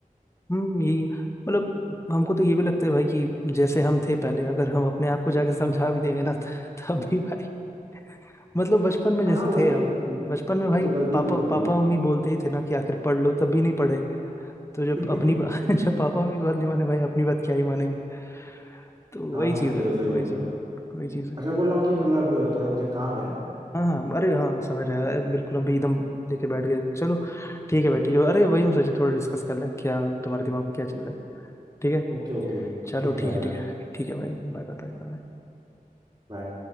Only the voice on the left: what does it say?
हम्म, यही है। मतलब हमको तो ये भी लगता है भाई कि जैसे हम थे पहले अगर हम अपने आप को जाके समझा भी देंगे ना <laughs> तब भी भाई मतलब बचपन में जैसे
थे हम
बचपन में भाई
पापा
पापा मम्मी बोलते ही थे ना कि आखिर पढ़ लो तब भी नहीं पढ़े तो जब
अपनी बा- <laughs> जब पापा मेरी बात नहीं माने भाई अपनी बात क्या ही मानेंगे तो
वही चीज़
है
वही
चीज़
है वही चीज़ है
हाँ हाँ अरे हाँ समझ आया अरे, बिल्कुल हम भी एकदम लेके बैठ गए चलो ठीक है भाई ठीक है अरे वही हम सोचे थोड़ा डिस्कस कर ले क्या तुम्हारे दिमाग में क्या चल रहा है ठीक है
चलो
ठीक है
ठीक है ठीक है भाई बाय बाय बाय